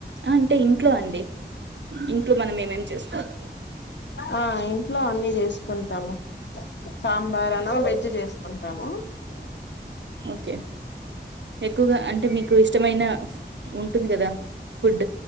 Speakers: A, on the right; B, on the left.
A: అంటే ఇంట్లో అండి ఇంట్లో మనం ఏమేం చేసుకోాలం
B: ఆ ఇంట్లో అన్ని చేసుకుంటాము సాంబార్ అన వెజ్ చేసుకుంటా కమ
A: ఓకే ఎక్కువగా అంటే మీకు ఇష్టమైన ఉంటుంది కదా ఫుడ్